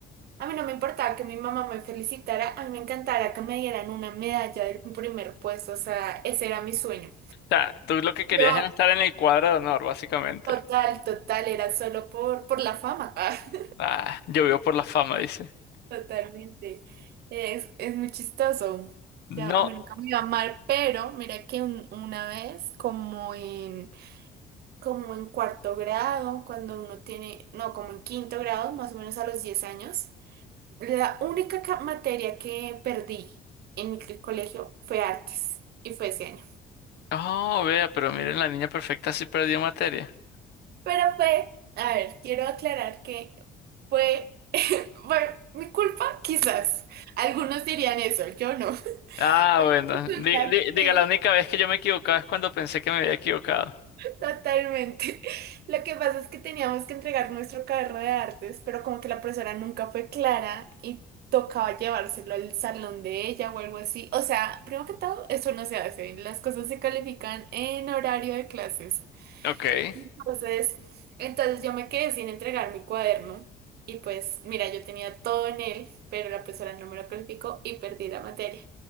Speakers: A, on the right (about 70°); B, on the left (about 75°).
A: a mí no me importaba que mi mamá me felicitara, a mí me encantara que me dieran una medalla del primer puesto, o sea, ese era mi sueño.
B: sea, tú lo que querías
A: Yo,
B: era estar en el cuadro de honor, básicamente.
A: total, total, era solo por, por la fama. <laughs>
B: Ah, yo vivo por la fama, dice.
A: Totalmente. Es, es muy chistoso.
B: No,
A: Ya, a mí nunca me iba mal, pero mira que un- una vez, como en, como en cuarto grado, cuando uno tiene, no, como en quinto grado, más o menos a los 10 años, la única ca- materia que perdí en el colegio fue artes, y fue ese año.
B: oh, vea, pero miren, la niña perfecta sí perdió materia.
A: Pero fue, a ver, quiero aclarar que fue, <coughs> <laughs> bueno, mi culpa, quizás. Algunos dirían eso, yo no. <laughs>
B: Ah,
A: Pero
B: bueno.
A: resulta
B: Di- di- diga,
A: que
B: la única vez que yo me equivocaba es cuando pensé que me había equivocado.
A: Totalmente. Lo que pasa es que teníamos que entregar nuestro cuaderno de artes, pero como que la profesora nunca fue clara y tocaba llevárselo al salón de ella o algo así. O sea, primero que todo, eso no se hace. Las cosas se califican en horario de clases.
B: Ok.
A: Entonces, entonces yo me quedé sin entregar mi cuaderno y pues mira, yo tenía todo en él, pero la profesora no me lo calificó y perdí la materia.